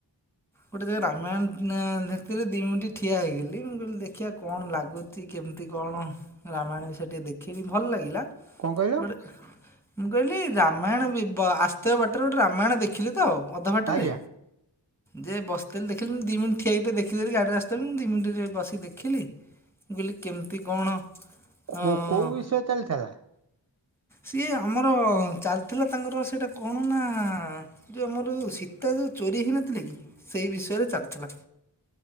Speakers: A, in the centre; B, on the right.
A: ଗୋଟେ ଜାଗା ରାମାୟଣ ଦେଖିଥିଲି ଦି ମିଣ୍ଟି ଠିଆ ହେଇଗଲି ମୁଁ କହିଲି ଦେଖିଆ। କଣ ଲାଗୁଛି କେମିତି କଣ ରାମାୟଣ ବିଷୟରେ ଟିକେ ଦେଖିବି ଭଲ ଲାଗିଲା।
B: କଣ କହିଲ
A: ଗୋଟେ ମୁଁ କହିଲି ରାମାୟଣ ଆସ୍ତେ ବାଟରେ ଗୋଟେ ରାମାୟଣ ଦେ ଦେଖିଲି ତ ଅଧା ବାଟରେ।
B: ଆଜ୍ଞା
A: ଯେ ବସିଥିଲି ଦେଖିଲି ମୁଁ ଦି ମିଣ୍ଟି ଠିଆ ହେଇକି ଦେଖିଦେଲି ଗଡ଼ିରେ ଆସିଥିଲି ମୁଁ ଦି ମିଣ୍ଟି ଟିକେ ବସିକି ଦେଖିଲି। ମୁଁ କହିଲି କେମିତି କଣ?
B: କୋ
A: ଅଁ,
B: କୋଉ ବିଷୟ ରେ ଚାଲିଥିଲା।
A: ସିଏ ଆମର ଚାଲିଥିଲା ତାଙ୍କର ସେଇଟା କଣ ନା ଯୋଉ ଆମର ସୀତା ଯୋଉ ଚୋରି ହେଇନଥିଲା କି ସେଇ ବିଷୟରେ ଚାଲିଥିଲା।